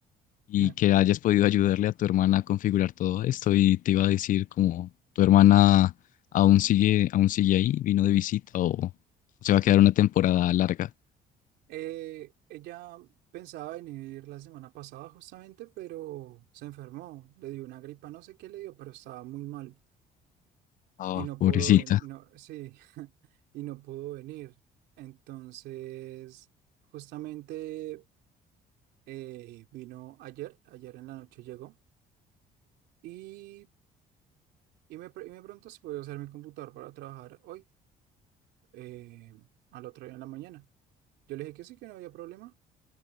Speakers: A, on the left (about 50°); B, on the right (about 85°).
A: y
B: <laughs>
A: que hayas podido ayudarle a tu hermana a configurar todo esto. Y te iba a decir como tu hermana aún sigue, aún sigue ahí, vino de visita o se va a quedar una temporada larga.
B: Eh, ella pensaba venir la semana pasada justamente, pero se enfermó, le dio una gripa, no sé qué le dio, pero estaba muy mal
A: Ah,
B: y no
A: pobrecita.
B: pudo venir, no, sí, <laughs> y no pudo venir. Entonces, justamente... Eh, vino ayer, ayer en la noche llegó y, y me, pre- y me preguntó si podía usar mi computador para trabajar hoy, eh, al otro día en la mañana. Yo le dije que sí, que no había problema